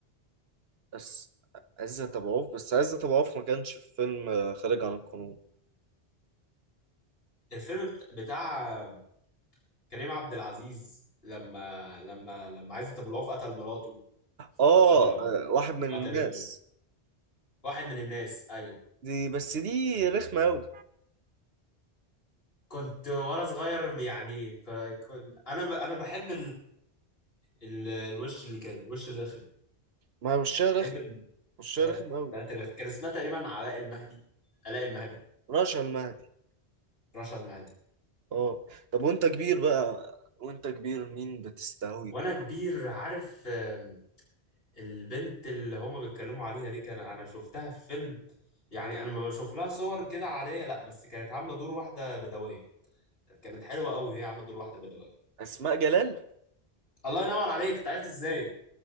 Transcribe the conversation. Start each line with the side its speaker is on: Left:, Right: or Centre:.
Right: بس عزت ابو عوف بس عزت ابو عوف ما كانش في فيلم آه، خارج عن القانون
Left: الفيلم بت- بتاع كريم عبد العزيز لما لما لما عزت ابو العوف قتل مراته
Right: اه
Left: وقتل ابوه
Right: آه، واحد من
Left: وقتل
Right: الناس
Left: ابنه واحد من الناس ايوه
Right: دي بس دي رخمة قوي
Left: كنت وانا صغير يعني ك- ك- انا ب- انا بحب ال- الوش اللي كده الوش الرخم
Right: ما هو وشها
Left: بحب
Right: رخم
Left: ال-
Right: وشها
Left: البنات
Right: رخم قوي
Left: البنات الرخم كان اسمها تقريبا علاء المهدي علاء المهدي
Right: رشا المهدي
Left: رشا المهدي
Right: اه طب وانت كبير بقى وانت كبير مين بتستهوي
Left: وانا كبير عارف آم، البنت اللي هما بيتكلموا عليها دي كان انا شفتها في فيلم يعني انا لما بشوف لها صور كده عاديه لا بس كانت عامله دور واحده بدويه كانت حلوه قوي هي عامله دور واحده بدويه
Right: اسماء جلال
Left: الله ينور عليك أنت عرفت ازاي